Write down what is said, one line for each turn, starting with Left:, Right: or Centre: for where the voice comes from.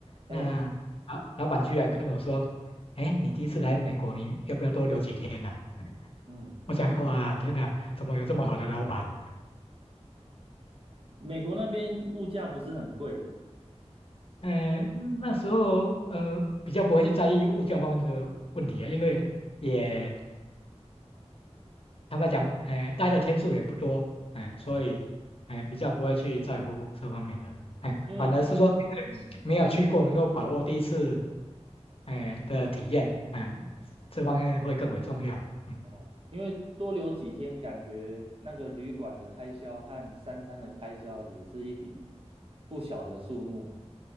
Left: 那啊，
Right: 嘿，
Left: 老板居然跟我说，哎，你第一次来美国，你要不要多留几天呢？”
Right: 嗯，
Left: <laughs> 我想，哇，天哪，怎么有这么好的老板？
Right: 美国那边物价不是很贵，
Left: 呃嗯，那时候呃比较不会去在意物价方面的问题啊，因为也坦白讲，哎、待的天数也不多，哎、所以哎、
Right: 哦，
Left: 比较不会去在乎这方面的，哎、
Right: 因为
Left: 反而是说因为没有去过，
Right: 嗯。
Left: 能够把握第一次，哎、的体验，哎、这方面会更为重要。嗯，
Right: 哦，因为多留几天，感觉那个旅馆的开销和三餐的开销也是一笔不小的数目。